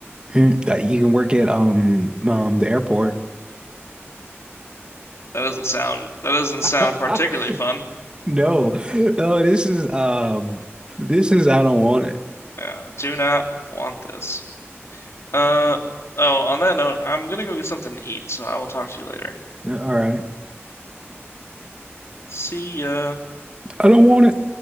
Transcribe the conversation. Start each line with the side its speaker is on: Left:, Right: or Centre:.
Right: Uh, You can work at um um the airport.
Left: That doesn't sound that doesn't sound
Right: <laughs>
Left: particularly fun.
Right: No, no, this is uh, this is I don't want it.
Left: Yeah, I do not want this. Uh oh, on that note, I'm gonna go get something to eat, so I will talk to you later.
Right: Yeah, All right.
Left: See ya.
Right: I don't want it.